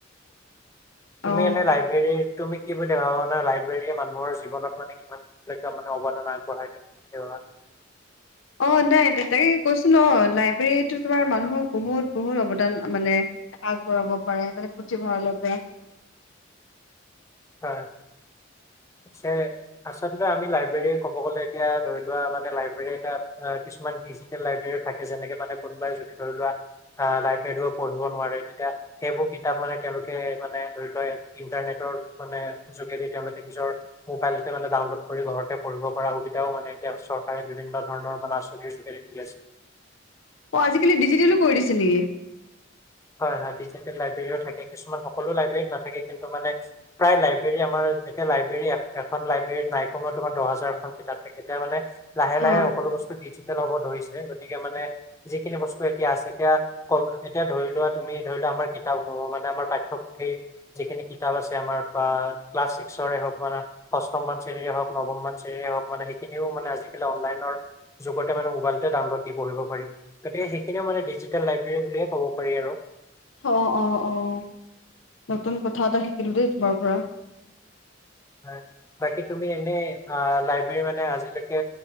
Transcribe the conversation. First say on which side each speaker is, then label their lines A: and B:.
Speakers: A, on the left; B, on the left.
A: তুমি
B: অ
A: এনে লাইব্ৰেৰীৰ তুমি কি বুলি ভাবানা লাইব্ৰেৰীয়ে মানুহৰ জীৱনত মান কিমান মানে অৱদান আগবঢ়াই <unintelligible>
B: অৱ নাই তাকে কৈছো ন অ লাইব্ৰেৰীতটো তোমাৰ মানুহক বহুত বহুত অৱদান মানে আগবঢ়াব পাৰে মানে পুথিভঁৰালৰ পৰা।
A: হয়, আছে। আচলতে আমি লাইব্ৰেৰী ক'ব গলে এতিয়া ধৰি লোৱা মানে লাইব্ৰেৰী এটা কিছুমান ডিজিটেল লাইব্ৰেৰী থাকে যেনেকে মানে কোনোবাই যদি ধৰি লোৱা লাইব্ৰৰো পঢ়িব নোৱাৰে। তেতিয়া সেইবোৰ কিতাপ মানে তেওঁলোকে মানে ধৰি লোৱা ইণ্টাৰনেটৰ মানে যোগেদি তেওঁলোকে নিজৰ মোবাইলটে মানে ডাউনলোড কৰি ঘৰতে পঢ়িব পৰা সুবিধাও মানে এতিয়া চৰকাৰে বিভিন্ন ধৰণৰ মানে আচনিৰ <unintelligible>
B: অ আজিকালি ডিজিটেলো কৰি দিছে নেকি?
A: হয় হয় ডিজিটেল লাইব্ৰেৰীও থাকে কিছুমান সকলো লাইব্ৰেৰত নাথাকে কিন্তু মানে প্ৰায় লাইব্ৰেৰী আমাৰ যেতিয়া লাইব্ৰেৰী এখন লাইব্ৰেৰীত নাই কমেও তোমাৰ দহ হাজাৰখন কিতাপ থাকে তেতিয়া মানে লাহে
B: হা
A: লাহে সকলো বস্তু ডিজিটেল হ'ব ধৰিছে গতিকে মানে যিখিনি বস্তু এতিয়া আছে এতিয়া এতিয়া ধৰি লোৱা তুমি ধৰি লোৱা আমাৰ কিতাপসমূহ মানে আমাৰ পাঠ্যপুথি যিখিনি কিতাপ আছে আমাৰ বা ক্লাছ ছিক্সৰে হওক বা অষ্ঠমমান শ্ৰেণীৰে হওক নৱমমান শ্ৰেণীৰে হওক মানে সেইখিনিও মানে আজিকালি অনলাইনৰ যুগতে মানে মোৱাইলতে ডাউনলোড দি পঢ়িব পাৰি গতিক সেইখিনিও মানে ডিজিটেল লাইবেৰী বুলিয় ক'ব পাৰি আৰু
B: অৱ অৱ অৱ নতুন কথা এটা শিকিলো দেই তোমাৰ পৰা।
A: হয় বাকী তুমি এনেই লাইব্ৰেৰী মানে আজিলৈকে